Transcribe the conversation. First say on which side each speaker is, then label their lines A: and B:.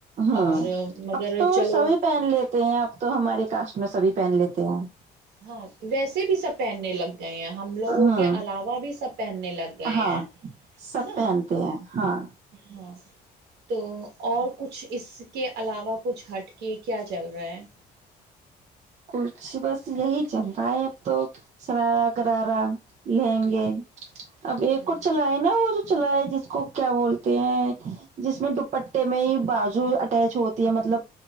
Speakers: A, on the right; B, on the right.
A: ہوں
B: اور مگر
A: اب تو
B: چلو
A: سبھی پہن لیتے ہیں اب تو ہمارے کاسٹ میں سبھی پہن لیتے ہیں <unintelligible>
B: ہاں ویسے بھی سب پہننے لگ <unintelligible> گئے ہیں ہم لوگوں
A: ہاں
B: کے علاوہ بھی سب پہننے لگ گئے
A: ہاں
B: ہیں
A: سب
B: نا
A: پہنتے ہیں ہاں
B: ہاں تو اور کچھ اس کے علاوہ <unintelligible> کچھ ہٹ کے کیا چل رہا ہے <unintelligible>
A: کچھ بس یہی چل رہا ہے اب تو سرارا گارا لیں گے اب ایک
B: ہ
A: ک چلائے نا وہ جو چل ج <unintelligible> اس کو کیا بولتے ہیں جس میں دوپٹے میں ہی بازو اٹیچ ہوتی ہے مطلب